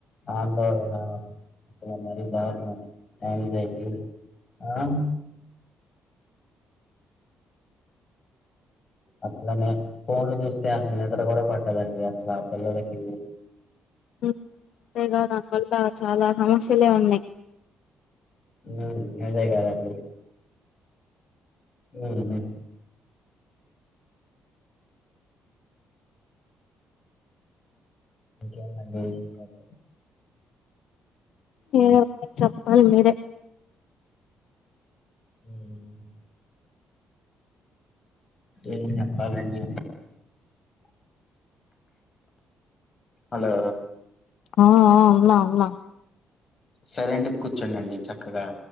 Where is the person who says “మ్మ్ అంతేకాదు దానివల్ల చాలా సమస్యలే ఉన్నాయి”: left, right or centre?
Left